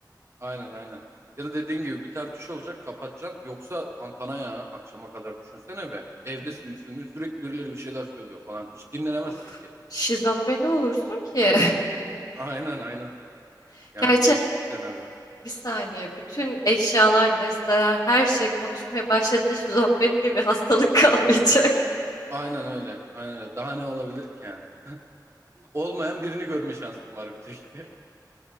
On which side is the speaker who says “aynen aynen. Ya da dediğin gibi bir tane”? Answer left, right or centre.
Right